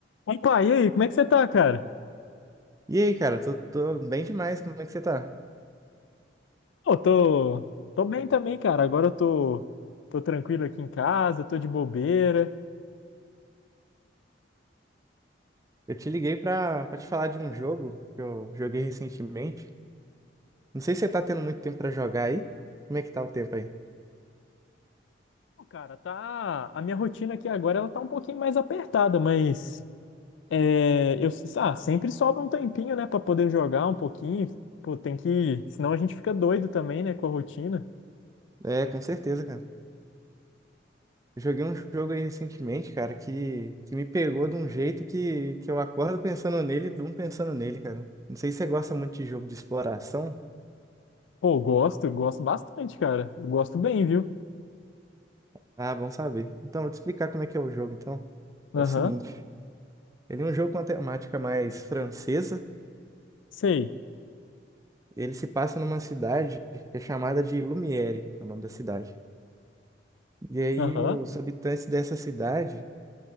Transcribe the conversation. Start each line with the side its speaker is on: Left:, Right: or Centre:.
Left: Opa, e aí, como é que você tá, cara?
Right: E aí, cara, tô, tô bem demais, como é que você tá?
Left: Pô, tô, tô bem também, cara. Agora eu tô, tô tranquilo aqui em casa, tô de bobeira.
Right: Eu te liguei pra, pra te falar de um jogo que eu joguei recentemente. Não sei se você tá tendo muito tempo pra jogar aí. Como é que tá o tempo aí?
Left: Pô, cara, tá. A minha rotina aqui agora ela tá um pouquinho mais apertada, mas é, eu, ah, sempre sobra um tempinho, né, pra poder jogar um pouquinho. Pô, tem que. Senão a gente fica doido também, né, com a rotina.
Right: É, com certeza, cara. Eu joguei um jogo aí recentemente, cara, que, que me pegou de um jeito que, que eu acordo pensando nele e durmo pensando nele, cara. Não sei se você gosta muito de jogo de exploração.
Left: Pô, gosto, gosto bastante, cara. Eu gosto bem, viu?
Right: Ah, bom saber. Então, vou te explicar como é que é o jogo, então.
Left: Aham,
Right: É o seguinte, ele é um jogo com uma temática mais francesa.
Left: sei.
Right: Ele se passa numa cidade que é chamada de Lumiere, é o nome da cidade. E aí
Left: Aham.
Right: os habitantes dessa cidade,